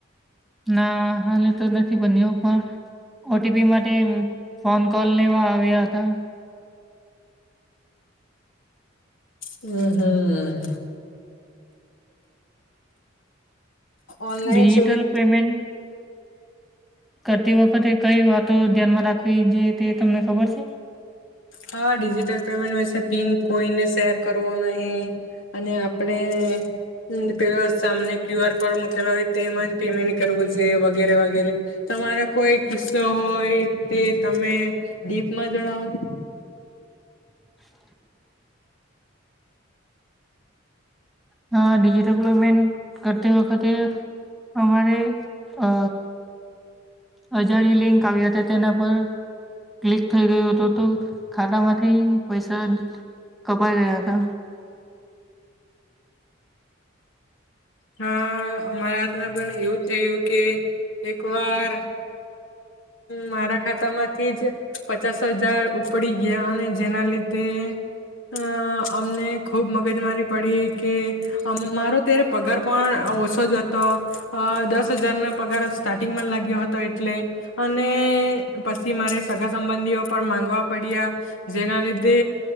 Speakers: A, in the centre; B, on the left (about 70°).
A: ના હાલે તો નથી બન્યું પણ ઓટીપી માટે ફોન કોલ લેવા આવ્યા હતા.
B: હ હમ્મ ઓનલાઈન
A: ડિજિટલ
B: સુવિ
A: પેમેન્ટ. કરતી વખતે કઈ વાતો ધ્યાનમાં રાખવી જોઈએ તે તમને ખબર છે.
B: હા ડિજિટલ પેમેન્ટ હોશે પિન કોઈને શેર કરવો નહી અને આપણે પેલો સામને ક્યુઆર કોડ મોકલ હોય તેમાં પેમેન્ટ કરવું જોએ વગેરે વગેરે તમારો કોઈ કિસ્સો હોય તે તમે ડીપમાં જણાવો.
A: <inaudible> હા ડિજિટલ પેમેન્ટ કરતી વખતે અમારે અ. અજાણી લિંક આવી હતી તેના પર ક્લિક થઈ ગયું હતું તો ખાતામાંથી પૈસા કપાઈ ગયા હતા.
B: હા અમારા હાથમાં પણ એવું જ થયું કે એક વાર મારા ખાતામાંથી જ પચાસ હજાર ઉપડી ગયા અને જેના લીધે અ અમને ખુબ મગજમારી પડી કે મારો ત્યારે પગાર પણ ઓછો જ હતો દસ હજાર ના પગાર સ્ટાર્ટિંગમાં લાગ્યો હતો એટલે અને પછી મારે સગા સંબંધીઓ પર માંગવા પડ્યા જેના લીધે